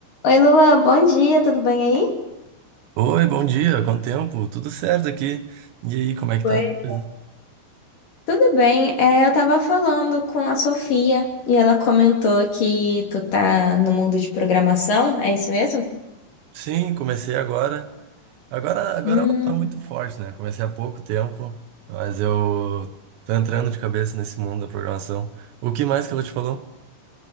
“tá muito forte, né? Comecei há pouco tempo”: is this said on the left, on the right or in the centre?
Right